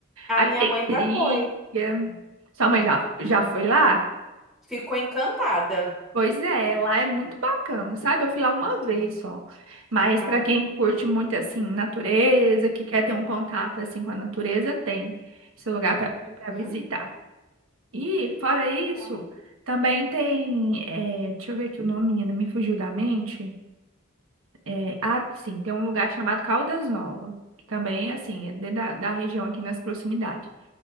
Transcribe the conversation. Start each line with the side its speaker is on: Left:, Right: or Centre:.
Centre: a
Right: aí
Centre: minha
Right: tem
Centre: mãe
Right: trilha.
Centre: já foi.
Right: Sua mãe já, já foi lá?
Centre: Ficou encantada.
Right: Pois é, lá é muito bacana, sabe? Eu fui lá uma vez só. Mas
Centre: Ah,
Right: para quem curte muito assim natureza, que quer ter um contato assim com a natureza, tem esse lugar para
Centre: uhum.
Right: pra visitar. E, fora
Centre: Ah,
Right: isso,
Centre: legal.
Right: também tem. eh, deixa eu ver aqui o nome, menina, me fugiu da mente. Eh, ah, sim, tem um lugar chamado Caldas Nova, que também, assim, é dentro da, da região aqui nas proximidades.